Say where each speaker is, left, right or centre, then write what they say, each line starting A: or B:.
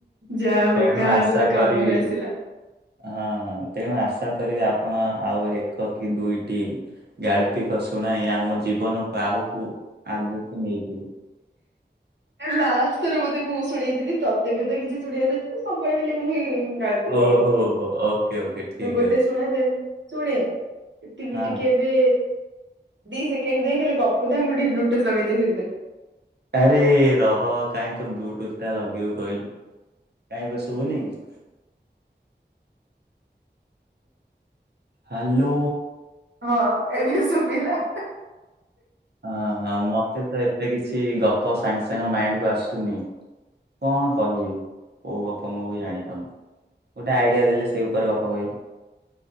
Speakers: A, on the right; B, on the right.
A: ଯାହା ହଉ
B: ତେଣୁ
A: କାହାର
B: ଆଶା
A: ତ କାମରେ
B: କରିବି
A: ଆସିଲା।
B: ହଁ ହଁ ତେଣୁ ଆଶା କରିବି ଆପଣ ଆଉ ଏକ କି ଦୁଇଟି। ଗାଳ୍ପିକ ଶୁଣାଇ ଆମ ଜୀବନକୁ ଆହୁକୁ ଆଗକୁ ନେଇଯିବେ।
A: ଲାଷ୍ଟରେ ବୋଧେ ମୁଁ ଶୁଣେଇଥିଲି ତତେ ବି ତ କିଛି ଶୁଣେଇ ସବୁବେଳେ କାଲି ମୁଁ ହିଁ। ଗାଳ୍ପିକ
B: ଓହୋ
A: ଗୁଡ଼ା ସୁଣାଉଥିବି
B: ହୋ ଓକେ ଓକେ ଠିକ୍
A: ତୁ ଗୋଟେ
B: ଅଛି।
A: ଶୁଣା ଦେନ ଶୁଣେ ଏତିକି
B: ହଁ
A: ଟିକେ ବେ ଦି ସେକେଣ୍ଡ ଯାଇ ଖାଲି ଗପୁତା ମୁଁ ଟିକେ ବ୍ଲୁଟୁଥ ଲଗେଇଦିଏ ସେ ଭିତରେ।
B: ଆରେ ରହ କାହିଁ ତୁ ବ୍ଲୁଟୁଥ ଟା ଲଗେଇବୁ କହିଲୁ। କାଇଁ ଏବେ ଶୁଭୁନି କି? ହାଲୋ।
A: ହଁ ଏବେ ଶୁଭିଲା।
B: ହଁ ହ ମତେ ତ ଏତେ କିଛି ଗପ ସାଙ୍ଗେ ସାଙ୍ଗ ମାଇଣ୍ଡ କୁ ଆସୁନି। କଣ କହିବି କୋଉ ଗପ ମୁଁ ବି ଜାଣିପାରୁନି। ଗୋଟେ ଆଇଡିଆ ଦେଲେ ସେଇ ଉପରେ ଗପ କହିବି।